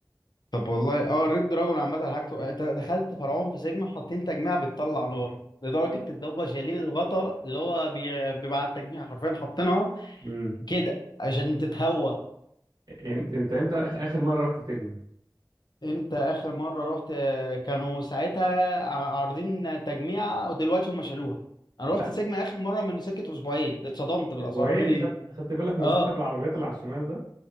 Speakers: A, on the left; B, on the right.
A: طب والله اه ريد دراجون عامة حاجته دخلت فرعون في سيجما حاطين تجميع بتطلع نار لدرجة ان هم شايلين الغطا اللي هو بي- بيبقى على التجميع حرفيا حاطينها
B: امم
A: كده عشان تتهوى
B: انت انت امتى آخ- اخر مرة رحت فيجما؟
A: انت اخر مره رحت آه، كانوا ساعتها ع- عارضين تجميعه ودلوقتي هم شالوها انا
B: لا
A: رحت سيجما اخر مره من سكه اسبوعين اتصدمت بالاسعار
B: اسبوعين
A: قالوا لي
B: خدت خدت بالك من
A: اه
B: سيت بالعربيات اللي على الشمال ده؟